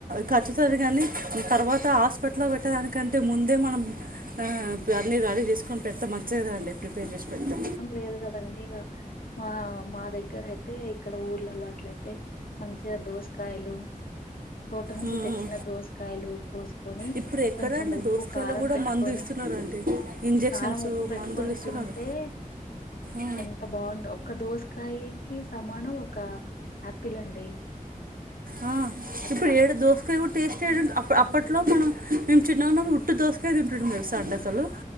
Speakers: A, on the right; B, on the left.
A: ఖచ్చితది కానీ తర్వాత హాస్పిటల్లో పెట్టేదానికంటే ముందే మనం ఆ అన్ని రడీ చేసుకొని పెడతా మంచిది కదండి ప్రిపేర్ చేసి పెడతా
B: లేదుకదండి మా మా దగ్గర అయితే ఇక్కడ ఊర్లలాట్లయితే మంచిగా దోసకాయలు తోట నుంచి
A: ఉమ్
B: తెచ్చిన దోసకాయలు కోసు కోని
A: ఇప్పుడు ఎక్కడండి
B: కొంచెం ఉప్పు
A: దోసకాయలు
B: కారం
A: కూడా
B: పెట్టుకొని
A: మందు ఇస్తున్నారండి ఇంజెక్షన్స్
B: కారం ఉప్పు పెట్టుకొని
A: మందులు ఇస్తున్నారు
B: తి టే
A: ఆ
B: ఎంత బాగుందొ ఒక దోసకాయకి సమానం ఒక ఆపిల్ అండి
A: ఆ
B: అట్లా
A: ఇప్పుడు ఏడ దోసకాయ కు టేస్ట్ ఏడు అప్ అప్పట్లో మనం మేము చిన్నగా ఉన్నప్పుడు ఉట్టు దోసక తింటుం తెలుసా అండి అసలు